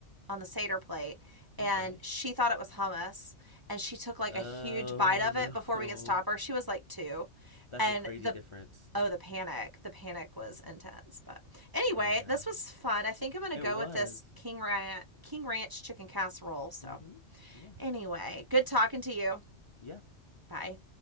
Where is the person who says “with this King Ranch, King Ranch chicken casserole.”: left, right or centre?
Right